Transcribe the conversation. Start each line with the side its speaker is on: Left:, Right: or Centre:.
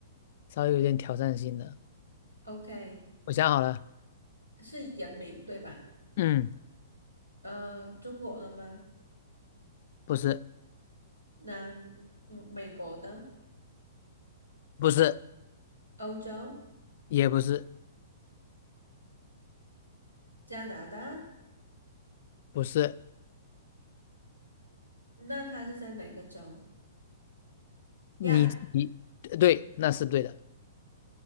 Left: 稍微有点挑战性的。
Right: ，OK，
Left: 我想好了，
Right: 是人名对吧？
Left: 嗯，
Right: 呃，中国的吗？
Left: 不是，
Right: 南，嗯美国的，
Left: 不是，
Right: 欧洲，
Left: 也不是，
Right: 加拿大，
Left: 不是，
Right: 那他是在哪个州？
Left: 你自己呃对，
Right: 亚洲
Left: 那是对的。